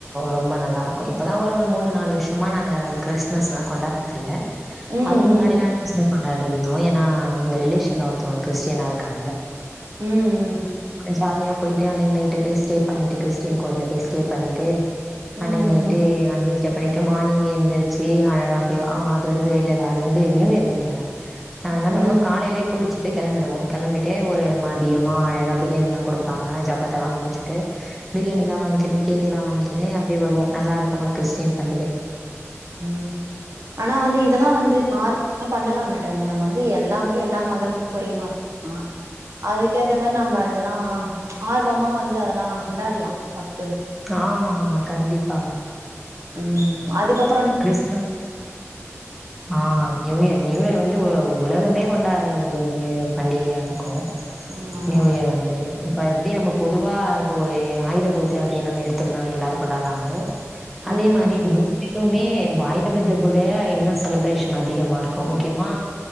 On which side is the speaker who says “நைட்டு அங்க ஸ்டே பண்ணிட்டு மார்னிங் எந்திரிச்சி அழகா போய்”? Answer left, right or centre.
Centre